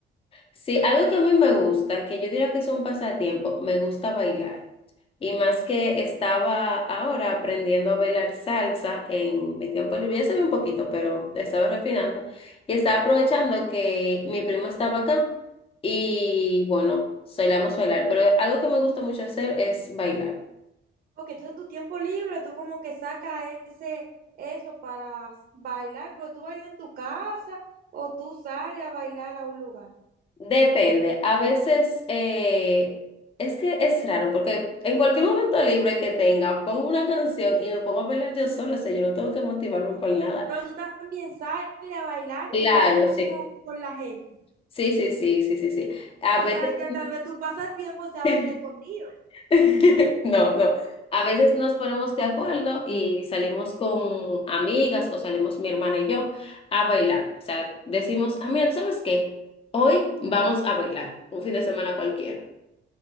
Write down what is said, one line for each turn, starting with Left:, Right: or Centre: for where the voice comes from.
Left: Sí, algo que a mí me gusta, que yo diría que es un pasatiempo, me gusta bailar. Y más que estaba ahora aprendiendo a bailar salsa en mi tiempo libre, ya sabía un poquito, pero estaba refinando. Y estaba aprovechando que mi primo estaba acá y bueno, solíamos bailar. Pero algo que me gusta mucho hacer es bailar.
Right: Porque entonces tu tiempo libre, tú como que sacas ese, eso para s- bailar, pero tú bailas en tu casa o tú sales a bailar a un lugar.
Left: Depende, a veces eh, es que es raro porque en cualquier momento libre que tenga, pongo una canción y me pongo a bailar yo solo, o sea, yo no tengo que motivarme por nada.
Right: Pero tú también sales a bailar
Left: Claro,
Right: y baila como
Left: sí.
Right: con la gente.
Left: Sí, sí, sí, sí, sí, sí. A
Right: Tú
Left: veces...
Right: sabes que tal vez tu pasatiempo
Left: <laughs>
Right: sea bailar escondido.
Left: <laughs> No, no. A veces nos ponemos de acuerdo y salimos con amigas o salimos mi hermana y yo a bailar. O sea, decimos, ah, mira, ¿tú ¿sabes qué? Hoy vamos a bailar, un fin de semana cualquiera.